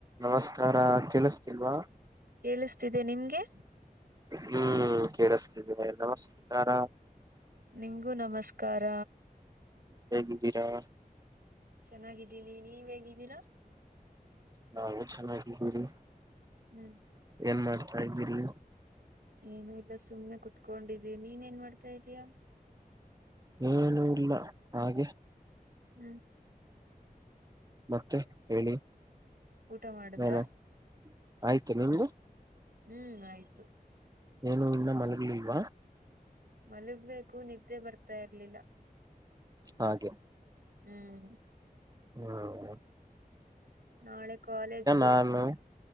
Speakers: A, on the right; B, on the right.
A: ನಮಸ್ಕಾರ ಕೇಳಿಸ್ತಿಲ್ವಾ
B: ಕೇಳಿಸ್ತಿದೆ ನಿಮ್ಗೆ
A: ಹ್ಮ್ ಕೇಳಿಸತೀನೆ ನಮಸ್ಕಾರ
B: ನಿಮಗೂ ನಮಸ್ಕಾರ
A: ಹೇಗಿದ್ದೀರಾ
B: ಚೆನ್ನಾಗಿದ್ದೀನಿ ನೀವ್ ಹೇಗಿದ್ದೀರಾ
A: ಹಾ ನಾವು ಚೆನ್ನಾಗಿದ್ದೀವಿ
B: ಹ್ಮ್
A: ಏನ್ ಮಾಡ್ತಾ ಇದ್ದೀರಿ
B: ಏನು ಎಲ್ಲ ಸುಮ್ಮನೆ ಕುತ್ಕೊಂಡಿದೀಿ ನೀನ್ ಏನ್ ಮಾಡ್ತಾ ಇದೀಯಾ
A: ಏನುೂ ಇಲ್ಲ ಹಾಗೆ
B: ಹ್ಮ್
A: ಮತ್ತೆ ಹೇಳಿ
B: ಊಟ ಮಾಡಿದ್ರ
A: ಏನು ಆಯ್ತು ನಿಮ್ದು
B: ಹ್ಮ್ ಆಯ್ತು
A: ಏನು ಇನ್ನ ಮಲಗಲಿಲ್ವಾ
B: ಮಲಗ್ಬೇಕು ನಿದ್ದೆ ಬರ್ತಾ ಇರ್ಲಿಲ್ಲ
A: ಹಾಗೆ
B: ಹ್ಮ್
A: ಹ್ಮ
B: ನಾಳೆ ಕಾಲೇಜ್ಗೆ
A: ನಾನು
B: ಹೋಗ್